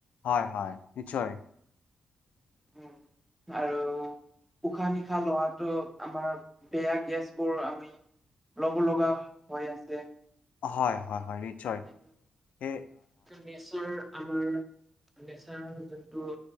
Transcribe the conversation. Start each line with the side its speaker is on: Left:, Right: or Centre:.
Left: হয়, হয়, নিশ্চয়। <inaudible>
Centre: উম আৰু উশাহ-নিশাহ লোৱাতো আমাৰ বেয়া গেছবোৰ আমি ল'ব লগা হৈ আছে।
Left: হয়, হয়, হয় নিশ্চয়।
Centre: যিটো
Left: সে
Centre: নেচাৰ, আমাৰ নেচাৰৰ যোনটো